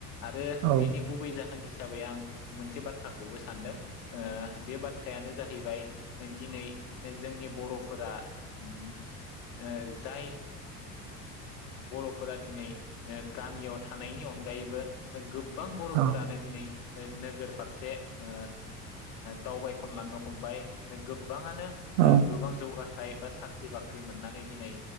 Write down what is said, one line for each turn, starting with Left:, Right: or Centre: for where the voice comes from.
Left: आरो
Right: औ
Left: बेनि गुबै जाहोननि हिसाबै आं मोनसे बाथ्राखौबो सानदों ओ बे बाथ्रायानो जाहैबाय दिनै जोंनि बर'फोरा उम ओ जाय बर'फोरा दिनै गामियाव थानायनि अनगायैबो गोब गोबां बर'फोरानो
Right: औ
Left: दिनै नोगोर फारसे ओ दावबायखन लांनो हमबाय गोबाङानो
Right: औ औ
Left: गोबां जौगा थाय साख्रि बाख्रि मोननानै दिनै